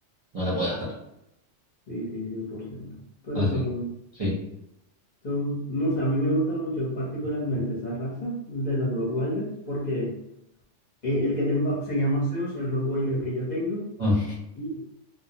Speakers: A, on the right; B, on the left.
A: no la puede gastar.
B: Sí, sí, cien por ciento Pero
A: Así,
B: son,
A: sí,
B: Son, no sé, a mí me gusta mucho particularmente esa raza de los Rottweilers porque eh, el que tengo se llama Zeus, el Rottweiler que yo tengo,
A: Ah,
B: y,